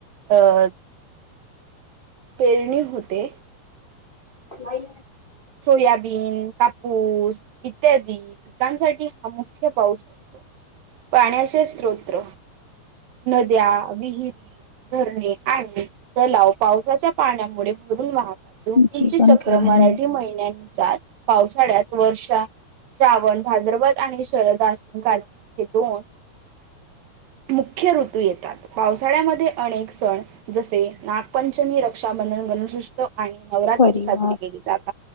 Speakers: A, on the right; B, on the left.
A: अ. पेरणी होते.
B: वई.
A: सोयाबीन कापूस इत्यादी. पिकांसाठी हा मुख्य पाऊस असतो पाण्याचे स्रोत. नद्या विहिरी. धरणे आणि तलाव पावसाच्या पाण्यामुळे भरून वाहत. ऋतूंचे
B: जीवन
A: चक्र
B: कहाणी
A: मराठी महिन्यानुसार पावसाळ्यात वर्षा. श्रावण भाद्रपद आणि अश्विन कार्तिक हे दोन. मुख्य ऋतू येतात पावसाळ्यामध्ये अनेक सण जसे नागपंचमी रक्त. रक्षाबंधन गणेशोत्सव आणि नवरात्री
B: परिवार
A: साजरी केली जाते.